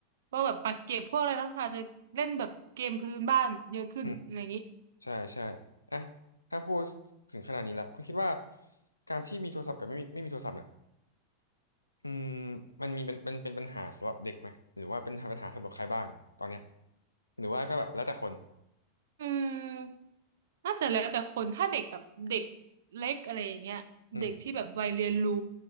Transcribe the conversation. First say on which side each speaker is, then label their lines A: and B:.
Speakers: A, on the right; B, on the left.
A: พวกแบบปักเก็บพวกอะไรนะอาจจะเล่นแบบเกมพื้นบ้านเยอะขึ้นอะไรอย่างงี้
B: อืมใช่ใช่อ่ะถ้าพูดถึงขนาดนี้แล้วคุณคิดว่าการที่มีโทรศัพท์กับไม่มีไม่มีโทรศัพท์เนี่ย อืมมันมีเป็นเป็นเป็นปัญหาสำหรับเด็กไหมหรือว่าเป็นปัญหาสำหรับใครบ้างตอนเนี้ยหรือว่าก็แบบแล้วแต่คน
A: อืมน่าจะแล้วแต่คนถ้าเด็กแบบเด็กเล็กอะไรอย่างเงี้ยเด็กที่แบบวัยเรียนรู้
B: อืม